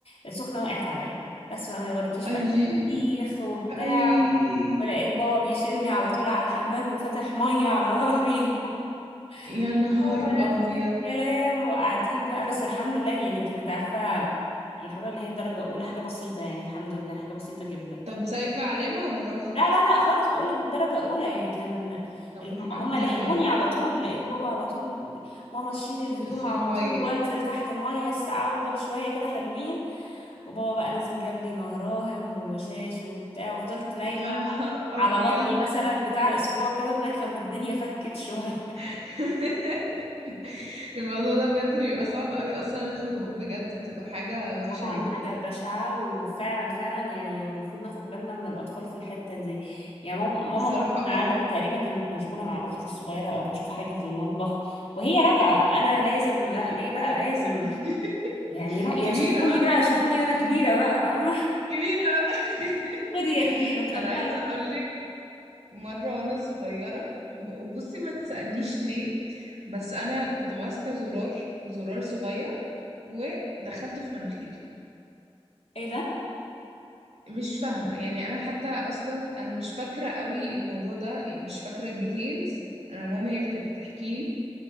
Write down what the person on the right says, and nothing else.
اي
اي
يا نهار
ابيض
طب سايبة علامة ولا راحت
طب
الحمد
لله
في
المية
يا نهار أبيض
<laughs> الموضوع ده بجد بيبقى صعب أوي أصلا الحروق
بجد بتبقى حاجة وحشة
جدا
بصراحة
اه
<laughs>
كبيرة
بقى
كبيرة بقى
<laughs>
أنا عايزة أقولك مرة وأنا صغيرة وبصي ما تسألنيش ليه بس أنا كنت ماسكة زرار زرار صغير ودخلته في مناخيري
مش فاهمة يعني أنا حتى أصلا أنا مش فاكرة قوي الموضوع ده يعني مش فاكرة ديتيلز أنا ماما هي اللي كانت بتحكيه